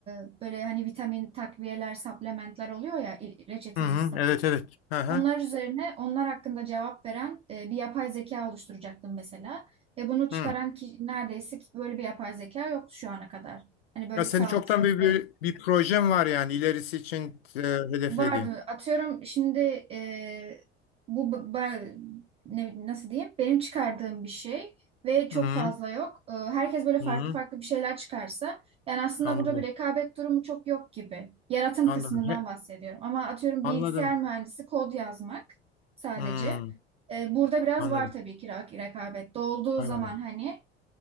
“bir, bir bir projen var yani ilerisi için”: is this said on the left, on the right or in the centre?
Left